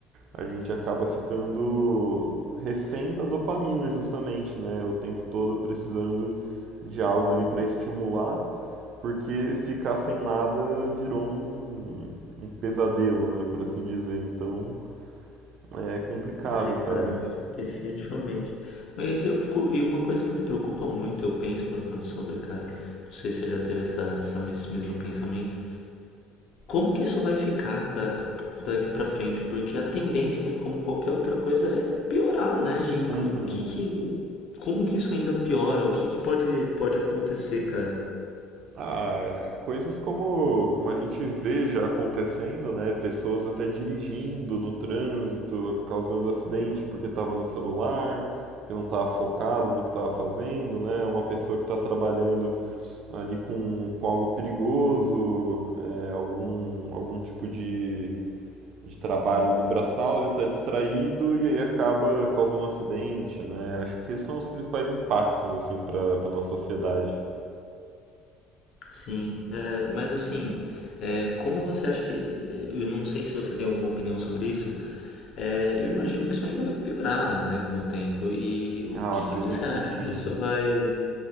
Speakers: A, on the right; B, on the left.
A: a gente acaba ficando refém da dopamina, justamente, né? O tempo todo precisando de algo ali para estimular, porque ficar sem nada virou um, um pesadelo, né? Por assim dizer. Então é complicado,
B: É,
A: cara.
B: cara, definitivamente. Mas eu fico. E uma coisa que me preocupa muito, eu penso bastante sobre, cara. Não sei se você já teve essa, essa, esse mesmo pensamento. Como que isso vai ficar, cara, daqui pra frente? Porque a tendência, como qualquer outra coisa, é piorar, né? E
A: Uhum.
B: o que que. Como que isso ainda piora? O que que pode, pode acontecer, cara?
A: Ah, coisas como, como a gente vê já acontecendo, né? Pessoas até dirigindo no trânsito, causando acidente porque estava no celular, porque não estava focado no que estava fazendo, né? Uma pessoa que está trabalhando ali com, com algo perigoso, é, algum, algum tipo de, de trabalho ali braçal, ele está distraído e aí acaba causando um acidente, né? Acho que esses são os principais impactos, assim, para para nossa sociedade.
B: Sim, é, mas assim, é, como você acha que. Eu não sei se você tem alguma opinião sobre isso. é, eu imagino que isso ainda vai piorar, né, com o tempo. E o
A: Ah, eu
B: que
A: acredito
B: que você acha
A: que sim.
B: que isso vai.